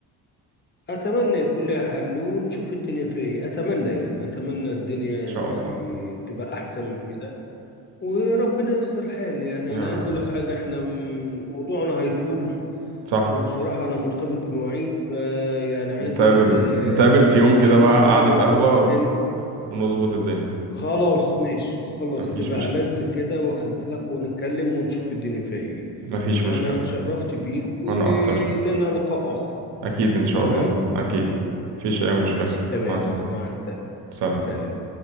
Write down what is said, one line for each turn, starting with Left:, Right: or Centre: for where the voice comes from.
Left: اتمنى يكون لها حل ونشوف الدنيا فيها ايه اتمنى يعني اتمنى الدنيا
Right: شاء
Left: يعني
Right: الله
Left: تبقى احسن من كده وربنا ييسر الحال يعني
Right: يا
Left: انا
Right: رب
Left: عايز اقول لك حاجه احنا م- موضوعنا هيطول
Right: صح
Left: وبصراحه انا مرتبط بمواعيد فيعني عايز
Right: نتقابل
Left: اقول لك آه،
Right: نتقابل في يوم كده
Left: ان شاء
Right: بقى
Left: الله نكمل
Right: قعدة قهوة
Left: في وقت
Right: و...
Left: تاني
Right: ونظبط الدنيا
Left: خلاص ماشي خلاص
Right: مفيش
Left: تبقى
Right: مشكلة
Left: لذ كده واخد بالك ونتكلم ونشوف الدنيا فيها ايه
Right: مفيش مشكلة
Left: انا اتشرفت بيك ولنا
Right: وأنا أكتر
Left: لقاء اخر
Right: أكيد إن شاء
Left: تمام
Right: الله أكيد مفيش أي مشكلة
Left: ماشي تمام
Right: مع السلامة
Left: مع السلامة
Right: سلام
Left: سلام